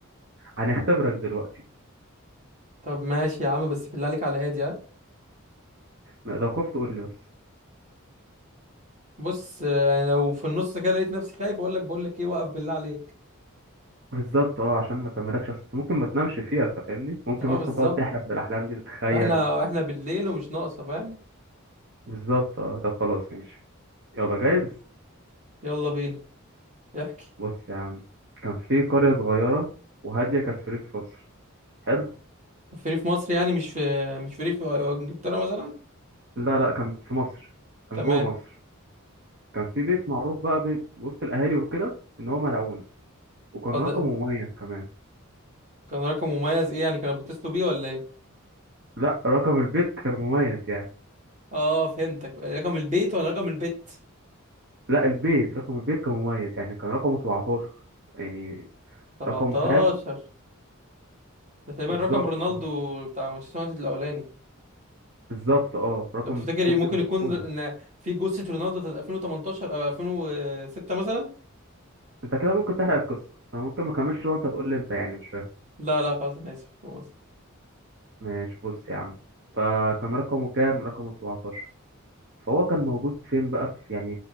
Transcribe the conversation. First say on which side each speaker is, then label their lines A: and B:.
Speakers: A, on the right; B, on the right.
A: هنختبرك دلوقتي
B: طب ماشي يا عم بس بالله عليك على هادي ها
A: لو خفت قول لي بس
B: بص آه، يعني لو في النص كده لقيت نفسي خايف اقول لك بقول لك ايه وقف بالله عليك
A: بالظبط اه عشان ما كملكش اصل انت ممكن ما تنامش فيها انت فاهمني ممكن
B: اه
A: مثلا
B: بالظبط
A: تقعد تحلم بالاحلام دي تتخيل
B: واحنا واحنا بالليل ومش ناقصه فاهم
A: بالظبط اه طب خلاص ماشي يلا جايز
B: يلا بينا احكي
A: بص يا عم كان في قريه صغيره وهاديه كانت في ريف مصر حلو
B: كان فري في ريف مصر يعني مش في مش فري في ريف انجلترا مثلا
A: لا لا كان في مصر كان
B: تمام
A: جوه مصر كان في بيت معروف بقى بي- وسط الاهالي وكده ان هو ملعون وكان
B: اه
A: رقم
B: ده-
A: مميز كمان
B: كان رقم مميز ايه يعني كانوا بيتصلوا بيه ولا ايه
A: لا رقم البيت كان مميز يعني
B: اه فهمتك رقم البيت ولا رقم البت
A: لا البيت رقم البيت كان مميز يعني كان رقمه 17 يعني
B: 17
A: رقم فاهم
B: ده تقريبا
A: بالظبط
B: رقم رونالدو
A: اه
B: بتاع مانشستر يونايتد الاولاني
A: بالظبط اه رقم
B: ده بتفتكر
A: سبورتنج
B: ممكن يكون
A: لشبونه
B: ان في جثة رونالدو بتاعت 2018 او 2006 مثلا
A: انت كده ممكن تحرق القصه انا ممكن ما اكملش وانت تقول لي انت يعني مش فاهم
B: لا لا خلاص انا اسف أنا آسف.
A: ماشي بص يا عم فكان رقمه كام رقمه 17 فهو كان موجود فين بقى في يعني